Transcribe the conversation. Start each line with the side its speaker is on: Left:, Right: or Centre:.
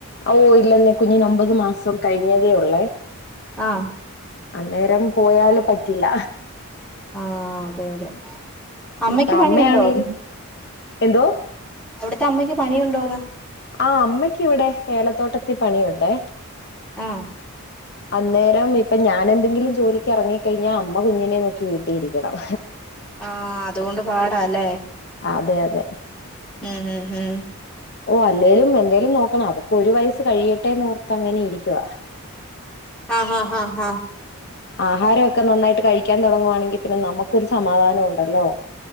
Left: ഓ ഇല്ലെന്നെ കുഞ്ഞന് ഒമ്പത് മാസം കഴിഞ്ഞതേ ഉള്ളേ.
Centre: ആഹ്
Left: അന്നേരം പോയാല് പറ്റില്ല
Centre: ആഹ് അതെ അതെ അമ്മക്ക്
Left: ഇപ്പൊ
Centre: പണിയുണ്ടോ
Left: അമ്മയാണേലും എന്തോ
Centre: അവിടത്തെ അമ്മയ്ക്ക് പണിയുണ്ടോന്ന്
Left: ആഹ് അമ്മയ്ക്ക് ഇവിടെ ഏലത്തോട്ടത്തി പണിയുണ്ടേ
Centre: ആഹ്
Left: അന്നേരം ഇപ്പൊ ഞാൻ എന്തെങ്കിലും ജോലിക്ക് ഇറങ്ങിക്കഴിഞ്ഞാ അമ്മ കുഞ്ഞിനെ നോക്കി വീട്ടീ ഇരിക്കണം
Centre: ആഹ് അതുകൊണ്ട് പാടാല്ലേ
Left: അതെ അതെ
Centre: ഉം ഉം ഹും
Left: ഓ അല്ലേലും എന്തേലും നോക്കണം അവക്ക് ഒരു വയസ്സ് കഴിയട്ടെ നോർത്ത് അങ്ങനെ ഇരിക്കുവ
Centre: ആഹ് ഹാ ഹാ ഹാ
Left: ആഹാരമൊക്കെ നന്നായിട്ട് കഴിക്കാൻ തുടങ്ങുവാണെങ്കിൽ പിന്നെ നമുക്കൊരു സമാധാനം ഉണ്ടല്ലോ